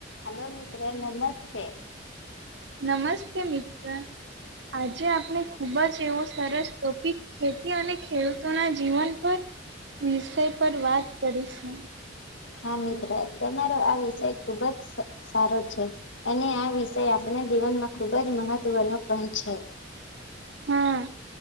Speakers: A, on the left (about 75°); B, on the right (about 65°).
A: Hello મિત્ર નમસ્તે
B: નમસ્તે મિત્ર આજે આપણે ખુબ જ એવો સરસ ટોપિક ખેતી અને ખેડૂતોના જીવન પર વિષય પર વાત કરીશું
A: હા મિત્ર તમારો આ વિષય ખુબ જ સારો છે. અને આ વિષય આપણા જીવનમાં ખુબ જ મહત્વનો પણ છે.
B: હા